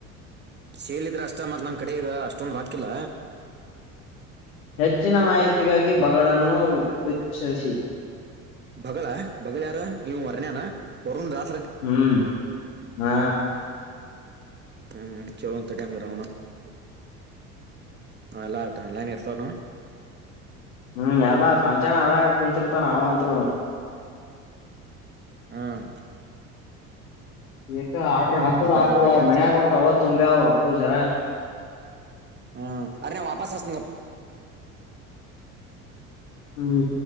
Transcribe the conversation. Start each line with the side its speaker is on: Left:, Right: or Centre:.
Right: ಸೇಲಿದ್ರೆ ಅಷ್ಟ ಮತ್ ನಂಗ ಕಡೆ ಈಗ ಅಷ್ಟೊಂದ ರಾಕಿಲ್ಲ
Left: ಹೆಚ್ಚಿನ ಮಾಹಿತಿಗಾಗಿ ಬಡನ್ನು ವಕ್ಷಿಸಿಿ
Right: ಬಗಳ ಬಗಗಳ ಯಾರ ನೀವು ವರ್ಣ್ಯಾನ ವರುಂದಾರ
Left: ಹ್ಮ್ ಹಾ
Right: ಹ್ಮ್ ಹ್ಮ ಚಲೋಂತ ಂಗರಣ ಹ ಎಲ್ಲಾ ಆಟ ಅನ್ಲೈನ್ ಇರ್ತವನು
Left: ಹ್ಮ್ ಎಲ್ಲಾ ಸಂಚನ ಅದ್ರಾಗ ಕುಂಂತಿರ್ತ ನಾವಂತ್ರು
Right: ಹ್ಮ್
Left: ಈಕ ಆರ್್ರ ಹಾಕೋ್
Right: ಏನ್ ಮಾಡ್ಬಿಡ್ರಿ
Left: ಹಾಕದ
Right: ಬಡ್ಡಿ
Left: ಅವ್ರರು
Right: ಆಡ್ತಾರ
Left: ಮನಯಾಗ ಹೊಟ್ಟು ಅವಾಗ ತುಂಬ ಅವ ಒಟ್ಟು ಜರ
Right: ಹ್ಮ್ ಅರೆ ನ ವಾಪಸ್ ಅಸಪ್ಪ
Left: ಹ್ಮ್